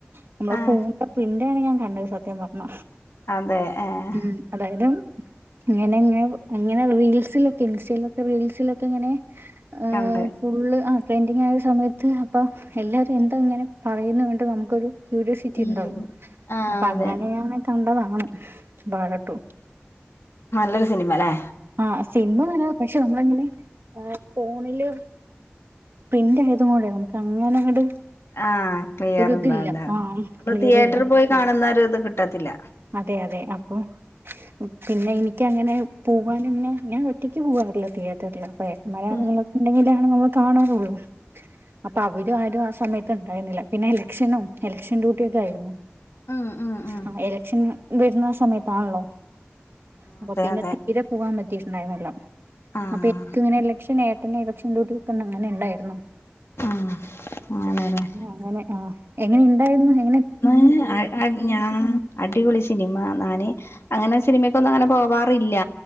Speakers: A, on the right; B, on the left.
A: നമ്മളെ
B: ആഹ്
A: <unintelligible> <unintelligible> സത്യം പറ
B: അതെ ഏഹ്
A: ഉം അതായത് ഉം ങ്ങനെങ്ങനെ അങ്ങനെ റീൽസിലൊക്കെ ഇൻസ്റ്റയിലൊക്കെ റീൽസിലൊക്കെ ഇങ്ങനെ ആഹ്
B: കണ്ട്
A: ഫുള്ള് ആ ട്രെൻഡിങ് ആയ സമയത്ത് അപ്പം എല്ലാവരും എന്താ ഇങ്ങനെ പറയുന്നു വേണ്ട് നമുക്കൊരു ക്യൂരിയോസിറ്റി
B: ഉം
A: ഉണ്ടല്ലോ
B: ആഹ്
A: അപ്പൊ
B: അതെ
A: അങ്ങനെയ കണ്ടതാണ് വാഴ ടു
B: നല്ലൊരു സിനിമല്ലേ
A: ആഹ് സിനിമ നല്ലതാ പക്ഷെ ന നമ്മങ്ങനെ ആ ഫോണില് പ്രിന്റ് ആയതും കൂടെ ന അങ്ങനെ അങ്ങട്
B: ആഹ് ക്ലിയർ
A: ഒരു
B: ഉണ്ടാവില്ല
A: ഇതില്ല ആ
B: നമ്മള്
A: ക്ലിയർ
B: തിയേറ്ററി
A: ഇല്ല
B: പോയി കാണുന്ന ഒരു ഇ ഇത് കിട്ടത്തില്ല
A: അതെ അതെ അപ്പൊ പിന്നെ എനിക്കങ്ങനെ പോവാനിങ്ങനെ ഞാൻ ഒറ്റക്ക് പോവാറില്ല തിയേറ്ററില് അപ്പ <unintelligible>
B: ഉം
A: ഉണ്ടെങ്കില് നമ്മള് കാണാറുള്ളൂ അപ്പൊ അവര ആരും ആ സമയത്ത് ഉണ്ടായിരുന്നില്ല പിന്നെ എലക്ഷനും എലക്ഷൻ ഡ്യൂട്ടിയൊക്കെ ആയിരുന്നു.
B: ഉം ഉം ഉം
A: ആ എല വേരുന്ന സമയത്താണല്ലോ അപ്പൊ
B: അതെ
A: പിന്നെ
B: അതെ
A: തീരെ പോവാൻ മ <unintelligible>
B: ആഹ്
A: അപ്പൊ എനിക്ക് ഇങ്ങനെ എലക്ഷൻ എ പിന്നെ എലക്ഷൻ ഡ്യൂട്ടി <unintelligible> അങ്ങനെ ഉണ്ടായിരുന്നോ
B: ആഹ് അങ്ങനല്ലെ
A: അങ്ങനെ ആ എങ്ങനെ ഉണ്ടായിരുന്നു ഹൈ
B: <unintelligible> ഞാൻ അടി അടിപൊളി ശിനിമ നാന് അങ്ങനെ സിനിമക്കൊന്നും അങ്ങനെ പോ വാറില്ല